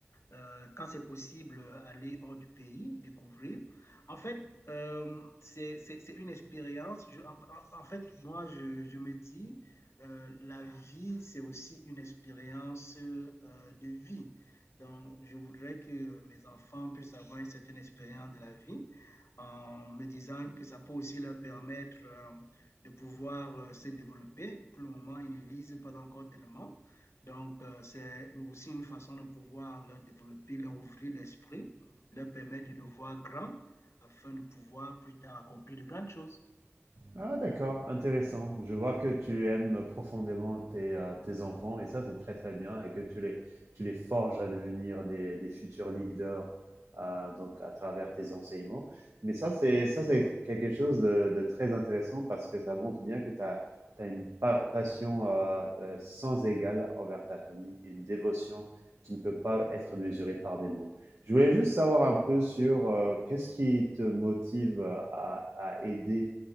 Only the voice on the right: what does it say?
Ah, d'accord, intéressant. Je vois que tu aimes profondément tes, euh, tes enfants et ça, c'est très très bien et que tu les, tu les forges à devenir des, des futurs leaders euh, donc à travers tes enseignements. Mais ça, c'est ça, c'est quelque chose de, de très intéressant parce que ça montre bien que tu as, une pa- passion euh, euh, sans égale envers ta famille, une dévotion qui ne peut pas être mesurée par des mots. Je voulais juste savoir un peu sur euh, qu'est-ce qui te motive euh, à, à aider